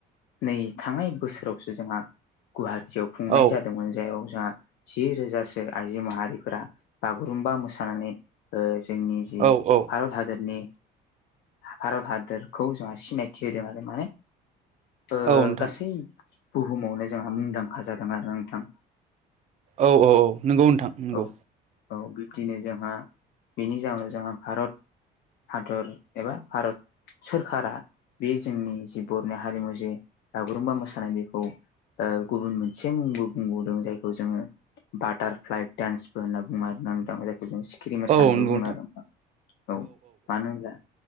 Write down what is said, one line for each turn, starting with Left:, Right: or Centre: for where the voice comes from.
Left: नै थांनाय बोसोरावसो जोंहा गुवाहाटियाव खुंनाय
Right: औ
Left: जादोंमोन जायाव जोंहा जि रोजासो आइजो माहारिफोरा बागुरुम्बा मोसानानै ओ जोंनि
Right: औ औ
Left: भारत हादोरनि भारद हादोर खौ जोंहा सिनायथि होदों आरो माने ओ
Right: औ नोंथां
Left: गासै बुहुमावनो जोंहा मुंदांखा जादों आरोना नोंथां।
Right: औ औ औ नोंगौ नोंथां नोंगौ।
Left: औ औ बिब्दिनो जोंहा बेनि जाहोनाव जोंहा भारत हादर एबा भारत सोरखारा बे जोंनि जि बर'नि हारिमु जे बागुरुम्बा मोसानाय बेखौ ओ गुबुन मोनसे मुं बो बुंबावदों जायखौ जोङो बाटारफ्लाइ डान्सबो होनना बुङो आरोना नोंथां। जाय खौ सिखिरि मोसानायनो
Right: औ नंगौ
Left: बुङो आरो नोंथां। औ मानो होनब्ला